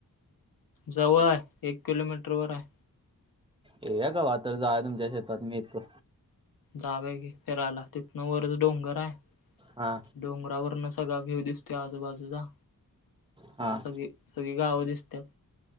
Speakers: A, on the left; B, on the right.
A: जवळ आहे एक किलोमीटर वर आहे.
B: ये या कवा तर जावूया तुमच्या शेतात मी येतो.
A: जावूया घे फिरायला तिथनं वरच डोंगर आहे.
B: हा.
A: डोंगरावरन सगळा व्हू दिस त्या आजूबाजूचा
B: हा
A: सगळी सगळी गावं दिसत्यात.